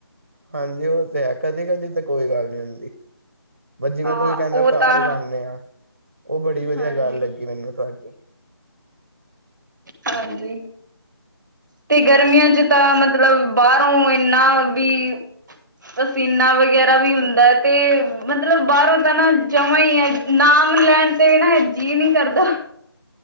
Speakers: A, on the right; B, in the centre.
A: ਹਾਂਜੀ ਉਹ ਤੇ ਹੈ ਕਦੀ ਕਦੀ ਤਾਂ ਕੋਈ ਗੱਲ ਨਹੀਂ ਹੁੰਦੀ। ਬਸ ਜਿਵੇਂ
B: ਹਾਂ
A: ਤੁਸੀਂ ਕਹਿੰਨੇ
B: ਉਹ
A: ਓ ਘਰ
B: ਤਾਂ
A: ਉਗਾਉਂਨੇ ਆ, ਉਹ ਬੜੀ ਵਧੀਆ
B: ਹਾਂਜੀ
A: ਗੱਲ ਲੱਗੀ ਮੈਨੂੰ ਤੁਹਾਡੀ।
B: ਹਾਂਜੀ। ਤੇ ਗਰਮੀਆਂ ਚ ਤਾਂ ਮਤਲਬ ਬਾਹਰੋਂ ਇਨ੍ਹਾਂ ਵੀ ਪਸੀਨਾ ਵਗੈਰਾ ਵੀ ਹੁੰਦਾ ਤੇ, ਮਤਲਬ ਬਾਹਰੋਂ ਤਾਂ ਨਾ ਜਮਾਂ ਈ ਐ ਨਾਮ ਲੈਣ ਤੇ ਵੀ ਨਾਂ, ਜੀਅ ਨੀਂ ਕਰਦਾ।